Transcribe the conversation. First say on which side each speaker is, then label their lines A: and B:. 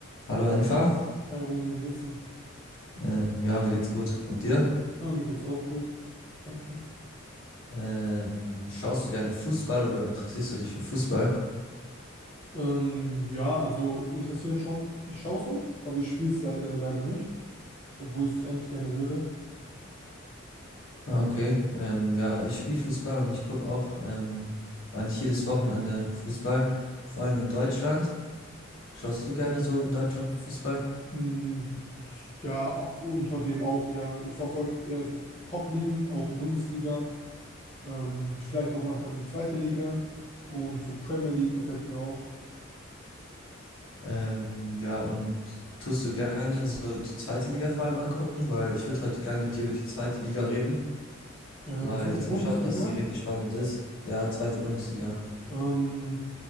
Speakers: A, on the left (about 70°); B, on the left (about 30°).
A: Hallo Enfa,
B: Hi Romeo, wie geht's dir?
A: ähm, ja, mir geht's gut. Und dir?
B: Ah, mir geht's auch gut. Danke.
A: Ähm, schaust du gerne Fußball oder interessierst du dich für Fußball?
B: Ähm, ja, also interessieren schon. Ich schaue es auch, aber ich spiele es le äh, leider nicht, obwohl ich es eigentlich gerne würde.
A: Ah, okay. Ähm, ja, ich spiele Fußball und ich gucke auch ähm, eigentlich jedes Wochenende Fußball, vor allem in Deutschland. Schaust du gerne so in Deutschland Fußball?
B: Ähm, ja, unter dem auch, ja. Ich verfolge eher so Top-Ligen, auch die Bundesliga, ähm, vielleicht auch manchmal die zweite Liga und so Premier League gefällt mir auch.
A: Ähm, ja, und tust du gerne so die zweite Liga vor allem angucken? Weil ich würde heute gerne mit dir über die zweite Liga reden,
B: Ähm,
A: weil
B: zweite
A: ich glaube
B: Bundesliga.
A: schon, dass die richtig spannend ist. Ja, zweite Bundesliga.
B: Ähm,